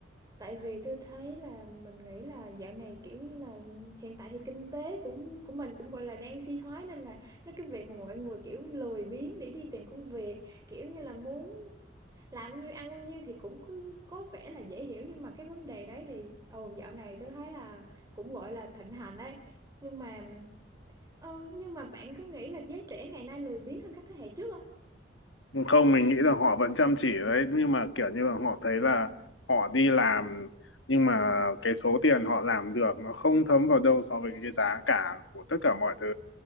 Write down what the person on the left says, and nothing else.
không mình nghĩ là họ vẫn chăm chỉ đấy nhưng mà kiểu như là họ thấy là họ đi làm nhưng mà cái số tiền họ làm được nó không thấm vào đâu so với cái giá cả của tất cả mọi thứ